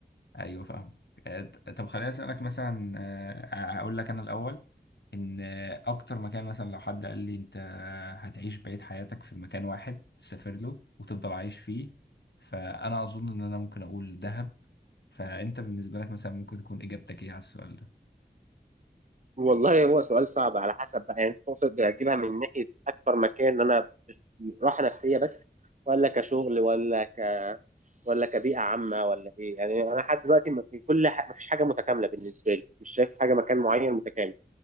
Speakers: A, on the left; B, on the right.
A: ايوه فاهم آه، طب خليني اسالك مثلا آه، هقول لك انا الاول ان اكتر مكان مثلا لو حد قال لي انت هتعيش بقية حياتك في مكان واحد تسافر له وتفضل عايش فيه فانا اظن ان انا ممكن اقول دهب فانت بالنسبة لك مثلا ممكن تكون اجابتك ايه على السؤال ده
B: والله هو سؤال صعب على حسب بقى يعني تقصد اجيبها من ناحيه اكتر مكان انا راحه نفسيه بس ولا كشغل ولا ك... ولا كبيئه عامه ولا ايه يعني انا لحد دلوقتي ما في كل ح... ما فيش حاجه متكامله بالنسبه لي مش شايف حاجه مكان معين متكامل